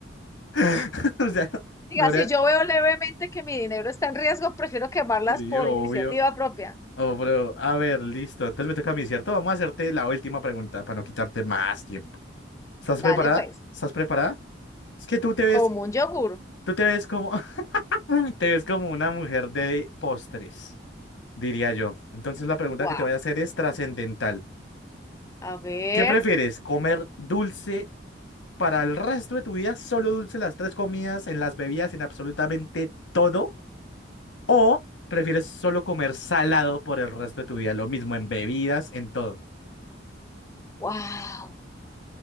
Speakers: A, on the left; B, on the left.
A: <laughs> O sea,
B: Diga,
A: no, habría-
B: si yo veo levemente que mi dinero está en riesgo, prefiero quemarlas
A: sí,
B: por
A: obvio.
B: iniciativa propia.
A: Oh, bro. A ver, listo. Entonces me toca a mí, ¿cierto? Vamos a hacerte la última pregunta para no quitarte más tiempo. ¿Estás
B: Dale,
A: preparada?
B: pues,
A: ¿Estás preparada? Es que tú te ves,
B: como un yogur.
A: tú te ves como, <laughs> te ves como una mujer de postres, diría yo. Entonces la pregunta
B: Guau.
A: que te voy a hacer es trascendental.
B: A ver.
A: ¿Qué prefieres? ¿Comer dulce para el resto de tu vida? ¿Solo dulce las tres comidas, en las bebidas, en absolutamente todo? ¿O prefieres solo comer salado por el resto de tu vida? Lo mismo en bebidas, en todo.
B: Wow.